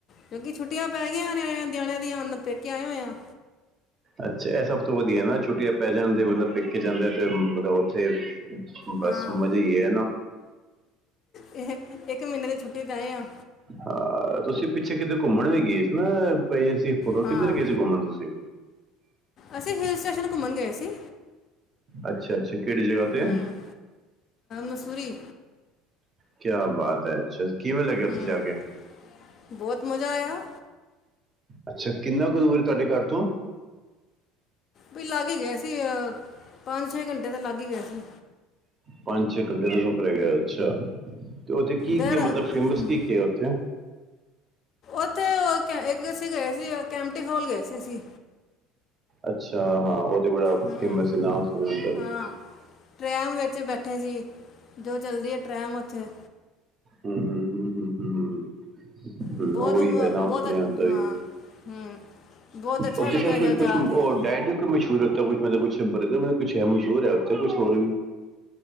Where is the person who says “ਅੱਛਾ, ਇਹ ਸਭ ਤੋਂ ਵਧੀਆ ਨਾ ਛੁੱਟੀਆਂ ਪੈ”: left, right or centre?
Right